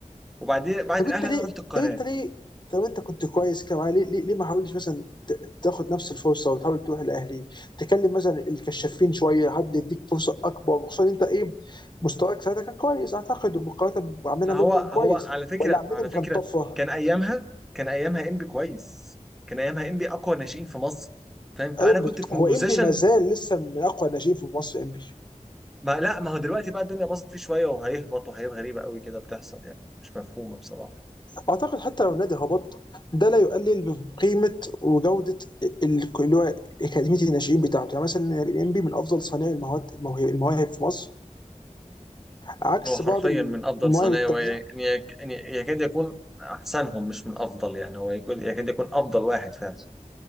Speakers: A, in the centre; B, on the left.
A: وبعدين بعد
B: طب انت
A: الاهلي
B: ليه
A: انا رحت القناه
B: طب انت ليه طب انت كنت كويس كده معاه ليه ليه ليه ما حاولتش مثلا ت- تاخد نفس الفرصه وتحاول تروح الاهلي تكلم مثلا الكشافين شويه حد يديك فرصه اكبر وخصوصا انت ايه مستواك ساعتها كان كويس اعتقد ومقارنه بعمنا
A: ما
B: برضه
A: هو
B: كان كويس
A: هو على فكره
B: ولا عمنا
A: على
B: كان
A: فكره
B: طفره
A: كان ايامها كان ايامها انبي كويس كان ايامها انبي اقوى ناشئين في مصر فاهم فانا
B: ايوه بس
A: كنت في
B: هو
A: بوزيشن
B: انبي ما زال لسه من اقوى الناشئين في مصر انبي
A: ما لا ما هو دلوقتي بقى الدنيا باظت فيه شويه وهيهبط وحاجات غريبه قوي كده بتحصل يعني مش مفهومه بصراحه
B: اعتقد حتى لو النادي هبط ده لا يقلل من قيمه وجوده ال- اللي هو اكاديميه الناشئين بتاعته يعني مثلا انبي من افضل صانعي المواهب المواهب في مصر عكس
A: هو حرفيا
B: بعض المواهب
A: من افضل صنايع
B: التانية
A: ويك- يك- يعني يكاد يكون احسنهم مش من افضل يعني هو يكون يكاد يكون افضل واحد فعلا